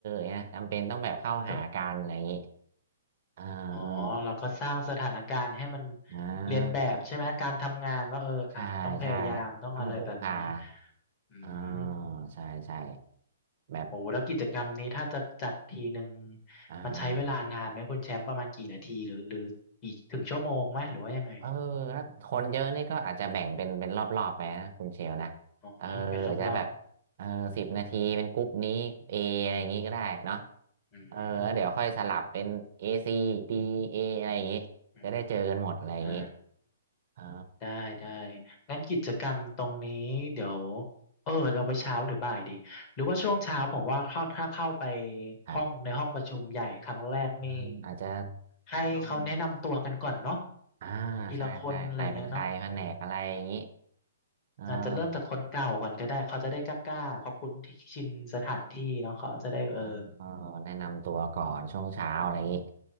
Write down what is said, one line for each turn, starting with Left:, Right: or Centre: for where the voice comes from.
Right: เนี่ยจำเป็นต้องแบบเข้าหากันอะไรอย่างงี้
Left: ก็
Right: เออเออ
Left: อ๋อแล้วก็สร้างสถานการณ์ให้มัน
Right: อ่า
Left: เรียนแบบใช่ไหม การทำงานว่าเอออ่ะต้องพยายามต้องอะไรแบบนี้
Right: ใช่ใช่ต้องพึ่งพา
Left: อืม
Right: อ่าใช่ใช่แบบ
Left: โอ้แล้วกิจกรรมนี้ถ้าจะจัดทีหนึ่ง
Right: อ่า
Left: มันใช้เวลานานไหมคุณแชมป์ประมาณกี่นาทีหรือหรือกี่ถึงชั่วโมงไหมหรือว่ายังไง
Right: เออถ้าคนเยอะนี่ก็อาจจะแบ่งเป็นเป็นรอบๆไปนะคุณเชลนะ
Left: อ๋อ
Right: เอออาจจะแบบเออสิบนาทีเป็นกรุ๊ปนี้เออะไรอย่างงี้ก็ได้เนาะ
Left: เป็นรอบๆอืม
Right: เออแล้วเดี๋ยวค่อยสลับเป็น A C B A อะไรอย่างงี้จะได้เจอกันหมดอะไรอย่างงี้
Left: อมอ่า
Right: อ๋อ
Left: ได้ได้งั้นกิจกรรมตรงนี้เดี๋ยวเออเอาไปเช้าหรือบ่ายดีหรือว่าช่วงเช้าผมว่าเข้าถ้าเข้าไป
Right: ครับ
Left: ห้องในห้องประชุมใหญ่ครั้งแรกนี่
Right: อมอาจจะ
Left: ให้เขาแนะนำตัวกันก่อนเนาะ
Right: ต้องอ่าใช่ใช่ใครเป็นใครแผนกอะไรอย่างงี้
Left: ทีละคนอะไรเงี้ยเนาะ
Right: เอ
Left: อาจจะเริ่มจากคนเก่าก่อนก็ได้เขาจะได้กล้าๆเขาคุ้นที่ชินสถานที่เนาะเขาจะได้เออ
Right: อ เออแนะนำตัวก่อนช่วงเช้าอะไรอย่างนี้